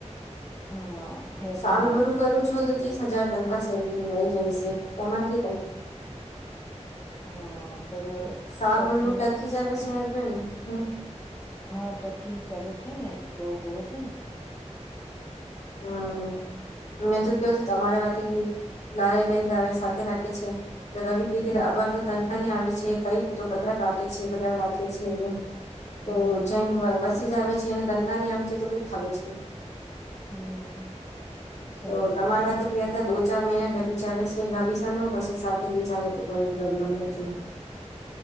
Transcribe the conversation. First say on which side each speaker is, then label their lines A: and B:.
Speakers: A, on the left; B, on the left.
A: હા હે તો
B: સાલ
A: હે
B: ભરું કરું છું તો ત્રીસ હજાર તનકા સેલરી મળી જાય છે તમારે કે
A: હા પર
B: <inaudible>
A: ટકીન હા ટકીન કરે છે ને તો હોવે છે ને
B: હમ
A: હમ
B: મેં તો કહ તું તમારે વાત હારે લઈ જ આવે સાથે રાખે છે રવિ કીર્તિને અમાર તો તનખાની આવી છે કઈ તો કધરા કાટેે છે કરા કાટે છે એમ
A: હમ
B: તો જને વસી જ આવે છે અને તનગાની આવે છે તો કોઈ ખાવ જ
A: હમ સાચી
B: તો તમારી વાત
A: એ
B: ક્યા હતા દો ચાર મહિને તાબીજ આવે છે ગાબીસા ન પ સાથે લઈ જ આવે તો કઈ પ્રોબ્લેમ નથી.